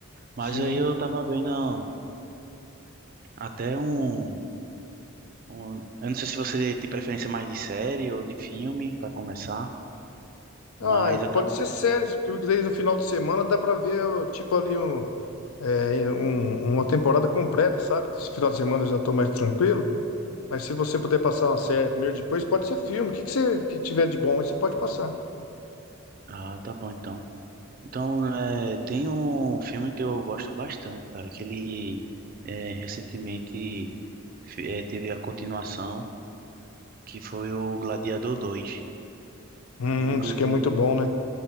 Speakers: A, on the right (about 40°); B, on the left (about 85°).
A: Mas
B: Sim.
A: aí eu tava vendo até um, um, eu não sei se você tem preferência mais de série ou de filme pra começar,
B: Ah,
A: mas eu tava,
B: pode ser séries, porque daí no final de semana dá pra ver, ó, tipo ali, um, é, um- uma temporada completa, sabe? Que Esse final de semana eu já tô mais tranquilo. Mas se você puder passar uma série primeiro, depois pode ser filme. O que que você que tiver de bom aí, você pode passar.
A: ah, tá bom então. Então, é, tem um filme que eu gosto bastante, cara, que ele é, recentemente fe- é, teve a continuação, que foi o Gladiador dois
B: Hum,
A: Inclusive,
B: isso que é muito bom, né?